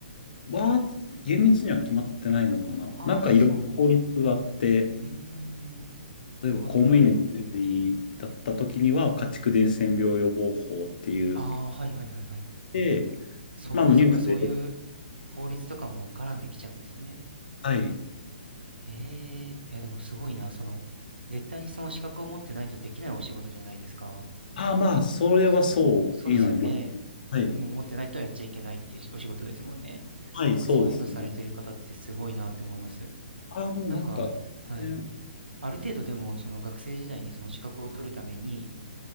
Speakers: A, on the left; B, on the right.
A: は、厳密には決まってないのかな。
B: ああ、
A: なんかいろいろ法律があって、
B: そうなんですかね。うーん。なるほど、
A: 例えば公務員の従事だった時には、
B: なるほど。
A: 家畜伝染病予防法っていう、
B: ああ、はいはいはいはい。
A: で、
B: そっかそっか、
A: まあ、あのニュースで
B: そういう法律とかも絡んできちゃうんですね。
A: はい。
B: へえ。いや、でもすごいな。その、絶対にその資格を持ってないとできないお仕事じゃないですか。
A: ああ、まあ、それはそうになりますね。
B: そう、そうですよね。
A: はい。
B: もう持ってないとやっちゃいけないっていうお仕事ですもんね。
A: はい、
B: なんかそういうのされてる方ってすごいなって思います。
A: そうですね。ああ、もうなんか、
B: なんか、はい。
A: ね、
B: ある程度でも、その学生時代にその資格を取るために、